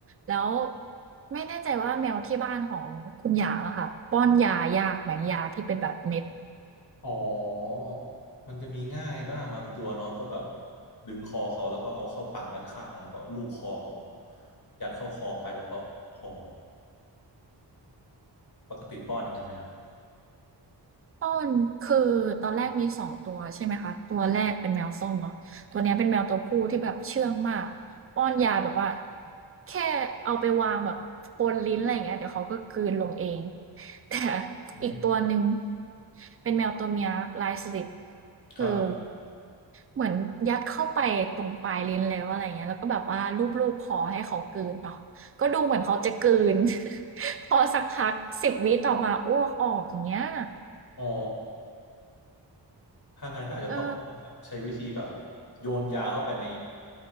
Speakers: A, on the right (about 30°); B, on the left (about 55°).
A: แล้วไม่แน่ใจว่าแมวที่บ้านของคุณหยางอะค่ะป้อนยายากไหมยาที่เป็นแบบเม็ด
B: อ๋อมันจะมีง่ายบ้างบางตัวเนาะก็แบบดึงคอเขาแล้วก็เอาเข้าปากด้านข้างแล้วก็ลูบคอเขายัดเข้าคอไปแล้วก็คอปกติป้อนอย่างนั้นไหมครับ
A: ต้นคือตอนแรกมีสองตัวใช่ไหมคะตัวแรกเป็นแมวส้มเนาะตัวเนี้ยเป็นแมวตัวผู้ที่แบบเชื่องมากป้อนยาแบบว่าแค่เอาไปวางแบบบนลิ้นอะไรอย่างเงี้ยเดี๋ยวเขาก็กลืนลงเองแต่
B: อืม
A: อีกตัวหนึ่งเป็นแมวตัวเมียลายสลิด
B: ครับ
A: คือเหมือนยัดเข้าไปตรงปลายลิ้นแล้วอะไรเงี้ยแล้วก็แบบว่าลูบๆคอให้เขากลืนเนาะก็ดูเหมือนเขาจะกลืน <laughs> พอสักพักสิบวิต่อมาอ้วกออกอย่างเงี้ย
B: อ๋อถ้างั้นก็อาจจะต้อง
A: เออ
B: ใช้วิธีแบบโยนยาเข้าไปใน